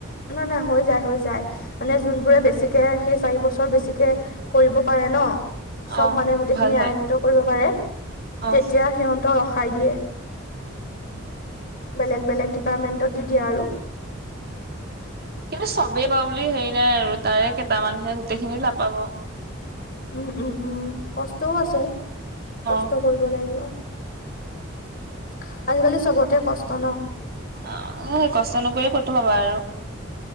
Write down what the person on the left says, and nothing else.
নাই-নাই, হৈ যায়, হৈ যায়। মানে যোনবোৰে বেছিকে সেই চাৰিবছৰ বেছিকে কৰিব পাৰে ন'- চব
মানে গোটেইখিনি
আয়ত্ব কৰিব পাৰে
তেতিয়া সিহঁতক ৰখাই দিয়ে। বেলেগ-বেলেগ ডিপাৰ্টমেন্টত দি-দিয়ে আৰু।
উম-উম-উম। কষ্টও আছে
কষ্ট - কৰিব লাগিব আজিকালি চবতে কষ্ট ন'।